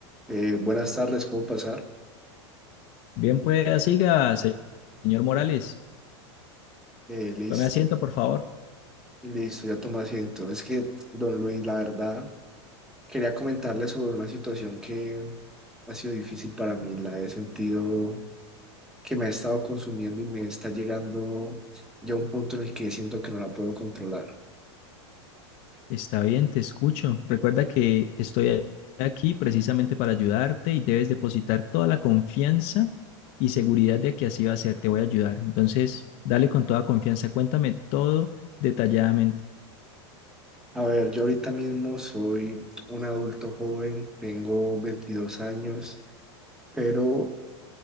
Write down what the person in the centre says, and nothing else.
Eh, buenas tardes, ¿puedo pasar?
Eh, listo,
listo, ya tomo asiento. Es que, don Luis, la verdad, quería comentarle sobre una situación que ha sido difícil para mí. La he sentido que me ha estado consumiendo y me está llegando ya a un punto en el que siento que no la puedo controlar.
A ver, yo ahorita mismo soy un adulto joven, tengo 22 años, pero